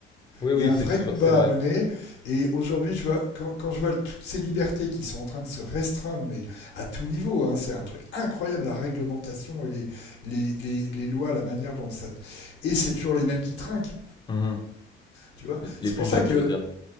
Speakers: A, on the left; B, on the left.
A: Oui, oui,
B: Il y a un
A: c'est
B: vrai
A: sûr,
B: combat
A: c'est vrai.
B: à mener. Et aujourd'hui, je vois, quand, quand, je vois toutes ces libertés qui sont en train de se restreindre, mais à tout niveau, hein, c'est un truc incroyable, la réglementation et les, les, les, les lois, la manière dont ça... Et c'est toujours les mêmes qui trinquent,
A: Mhm.
B: tu vois.
A: Les
B: C'est
A: plus
B: pour
A: jeunes,
B: ça que
A: tu veux dire.